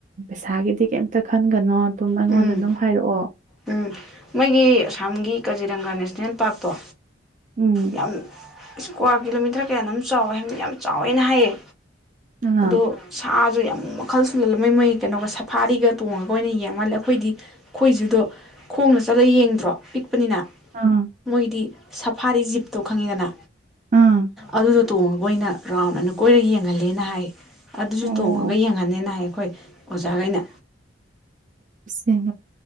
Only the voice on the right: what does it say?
ꯄꯩꯁꯥꯒꯤꯗꯤ ꯀꯩꯝꯇ ꯈꯟꯒꯅꯣ ꯑꯗꯨꯝ ꯑꯩꯉꯣꯟꯗ
ꯑꯗꯨꯝ ꯍꯥꯏꯔꯛꯑꯣ
ꯎꯝ
ꯑꯥ
ꯑꯥ
ꯑꯥ
ꯑꯣ
ꯑꯣꯡ